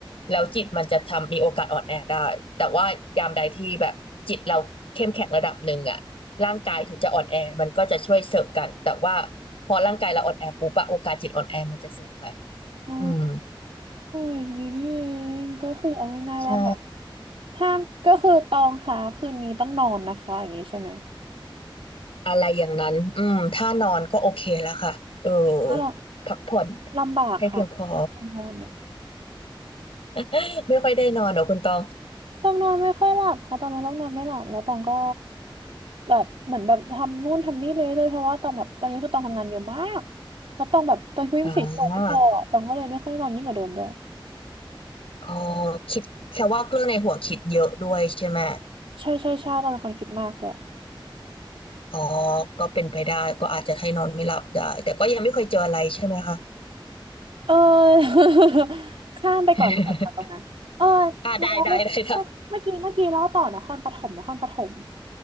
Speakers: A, on the left; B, on the right.
A: แล้วจิตมันจะทำมีโอกาสอ่อนแอได้แต่ว่ายามใดที่แบบจิตเราเข้มแข็งระดับหนึ่งอะร่างกายถึงจะอ่อนแอมันก็จะช่วยเสริมกันแต่ว่าพอร่างกายเราอ่อนแอปุ๊บอะโอกาสจิตอ่อนแอมันจะสูงไง
B: อ๋อ
A: อืม
B: อย่างงี้นี่เองก็คือเอาง่ายๆว่าแบบ
A: ใช่
B: ห้ามก็คือตองค่ะคืนนี้ต้องนอนนะคะอย่างงี้ใช่ไหม
A: อะไรอย่างนั้นอืมถ้านอนก็โอเคแล้วค่ะเออ
B: ถ้าเรา
A: พักผ่อน
B: ลำบากค่ะ
A: ให้เพียงพอ
B: การนอนเนี่ย
A: <laughs> ไม่ค่อยได้นอนเหรอคุณตอง
B: ต้องนอนไม่ค่อยหลับค่ะตองเป็นโรคนอนไม่หลับแล้วตองก็แบบเหมือนแบบทำนู่นทำนี่ไปเรื่อยเพราะว่าตองแบบตอนนี้คือตองทำงานเยอะมากแล้วตองแบบตอนคือยี่สิบสี่ชั่วโมงไม่พอตองก็เลยไม่ค่อยนอนยิ่งกว่าเดิมด้วย
A: อ๋อ อ๋อคิดแค่ว่าเรื่องในหัวคิดเยอะด้วยใช่ไหม
B: ใช่ใช่ใช่ตองเป็นคนคิดมากด้วย
A: อ๋อก็เป็นไปได้ก็อาจจะให้นอนไม่หลับได้แต่ก็ยังไม่เคยเจออะไรใช่ไหมคะ
B: เออ <laughs> ข้ามไปก่อนดีกว่าค่ะตรงนั้นเออ
A: <laughs> อ่าได้ได้ได้ได้
B: แล้วเมื่อเมื่อกี้เมื่อกี้เล่าต่อนครปฐมนครปฐม